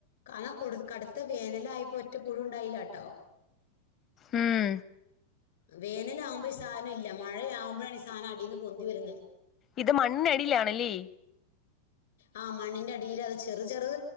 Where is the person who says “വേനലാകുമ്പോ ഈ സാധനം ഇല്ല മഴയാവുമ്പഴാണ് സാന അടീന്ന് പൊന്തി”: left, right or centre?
Left